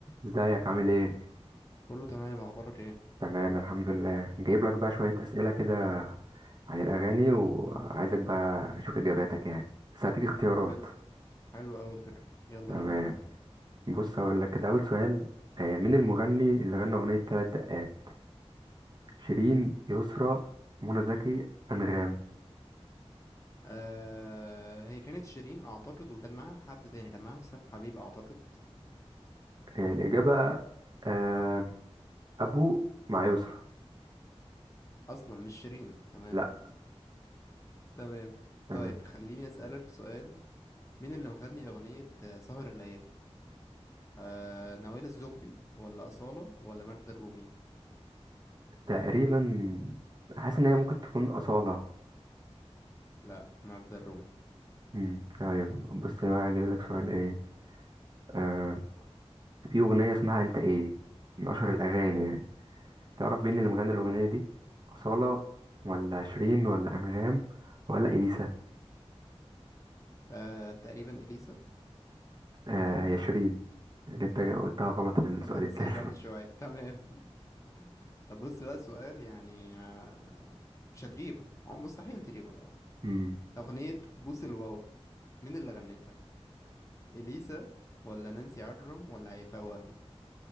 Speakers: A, on the right; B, on the left.
A: ازيك عامل ايه
B: كله تمام اخبارك ايه
A: تمام الحمد لله جايب لك بقى شوية أسئلة كده عن الأغاني وعايزك بقى أشوف إجاباتك يعني بس هديك اختيارات
B: حلو حلو قوي الفكره يلا
A: تمام
B: بينا انا موافق
A: بص هقول لك كده أول سؤال آه، مين المغني اللي غنى أغنية تلات دقات شيرين يسرا منى زكي أنغام
B: آه هي كانت شيرين اعتقد وكان معاها حد تاني كان معاها حسام حبيب اعتقد
A: آه، الإجابة آه، أبو مع يسرا
B: اصلا مش شيرين تمام
A: لأ
B: تمام
A: تمام
B: طيب خليني اسالك سؤال مين اللي مغني اغنيه آه، سهر الليالي آه نوال الزغبي ولا اصاله ولا ماجدة الرومي
A: تقريبا حاسس إن هي ممكن تكون أصالة
B: لا ماجدة الرومي
A: مم، طيب بص بقى أجيب لك سؤال ايه آه، في أغنية اسمها أنت إيه من أشهر الأغاني يعني تعرف مين اللي مغني الأغنية دي أصالة ولا شيرين ولا أنغام ولا إليسا
B: آه تقريبا اليسا
A: آه هي شيرين اللي أنت قلتها غلط في السؤال
B: ده اللي لسه
A: التاني
B: قايلها من شويه تمام <laughs> طب بص بقى سؤال يعني آه مش هتجيبه هو مستحيل تجيبه طبعا
A: <laughs> أمم.
B: أغنية بوس الواوا مين اللي غنتها؟ إليسا ولا نانسي عجرم ولا هيفاء وهبي؟